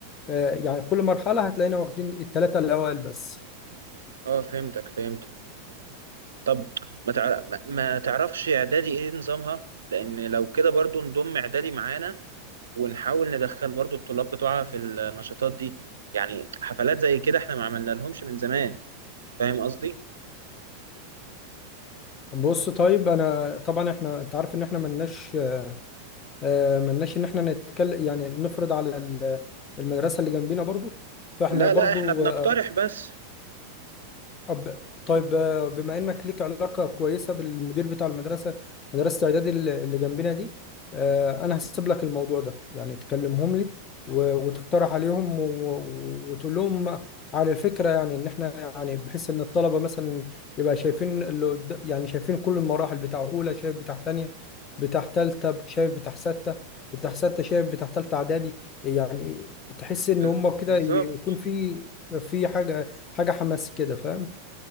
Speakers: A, on the left; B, on the right.
A: آه، يعني كل مرحلة هتلاقينا واخدين الثلاثة الأوائل بس
B: اه فهمتك فهمتك طب ما تع... ما ما تعرفش إعدادي إيه نظامها؟ لأن لو كده برضو نضم إعدادي معانا ونحاول ندخل برضو الطلاب بتوعها في النشاطات دي يعني حفلات زي كده احنا ما عملنا لهمش من زمان فاهم قصدي؟
A: بص طيب أنا طبعا إحنا أنت عارف إن إحنا ملناش آه، ملناش إن إحنا نتكلم يعني نفرض على ال- المدرسة اللي جنبينا برضو فإحنا
B: لا
A: برضو
B: لا احنا بنقترح
A: آه،
B: بس
A: أب... طيب آه، بما انك ليك علاقه كويسه بالمدير بتاع المدرسه مدرسه اعدادي الل- اللي جنبنا دي آه، انا هسيب لك الموضوع ده يعني تكلمهم لي و... وتقترح عليهم و... و- وتقول لهم على الفكره يعني ان احنا يعني بحيث ان الطلبه مثلا يبقى شايفين اللي قد- يعني شايفين كل المراحل بتاع اولى شايف بتاع تانية بتاع تالتة شايف بتاع ستة بتاع ستة شايف بتاع تالتة اعدادي يعني تحس ان
B: ب-
A: هم كده
B: بالظبط
A: يكون في في حاجه حاجه حماس كده فاهم